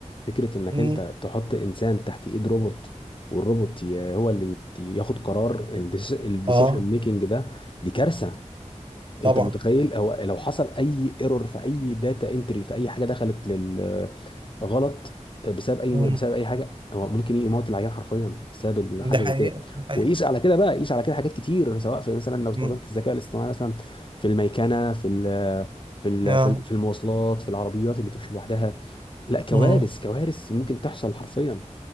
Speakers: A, on the left (about 40°); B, on the right (about 40°).
A: فكره انك
B: امم
A: انت تحط انسان تحت ايد روبوت والروبوت ي- هو اللي يت- ياخد قرار الديسيشن
B: اه
A: ميكنج ده دي كارثه
B: طبعا
A: انت متخيل هو لو حصل اي ايرور في اي داتا انتري في اي حاجه دخلت لل غلط بسبب اي
B: امم
A: بسبب اي حاجه هو ممكن يموت العيان حرفيا بسبب
B: ده
A: حاجه
B: حقيقه
A: زي كده
B: ده حقيقه
A: وقيس على كده بقى قيس على كده حاجات كتير سواء في مثلا لو استخدمت
B: امم
A: الذكاء الاصطناعي مثلا في الميكنه في ال في ال
B: اه
A: في ال- في المواصلات في العربيات اللي تمشي لوحدها لا كوارث
B: امم
A: كوارث ممكن تحصل حرفيا